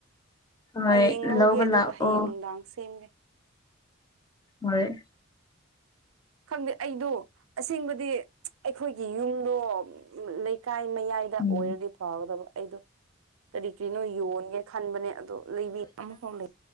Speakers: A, on the left; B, on the right.
A: ꯍꯣꯏ
B: ꯍꯌꯦꯡ ꯂꯧꯒꯦ
A: ꯂꯧꯕ
B: ꯑꯗꯨꯒ
A: ꯂꯥꯛꯑꯣ
B: ꯍꯌꯦꯡ ꯅꯨꯡꯗꯥꯡ ꯁꯦꯝꯒꯦ
A: ꯍꯣꯏ
B: ꯈꯪꯗꯦ ꯑꯩꯗꯣ ꯑꯁꯦꯡꯕꯗꯤ ꯑꯩꯈꯣꯏꯒꯤ ꯌꯨꯝꯗꯣ ꯂꯩꯀꯥꯏ ꯃꯌꯥꯏ ꯗ
A: ꯎꯝ
B: ꯑꯣꯏꯔꯗꯤ ꯐꯥꯎꯒꯗꯕ ꯑꯩꯗꯣ ꯀꯔꯤ ꯀꯔꯤꯅꯣ ꯌꯣꯟꯒꯦ ꯈꯟꯕꯅꯦ ꯑꯣ ꯂꯩꯕꯤ ꯑꯃꯐꯥꯎ ꯂꯩ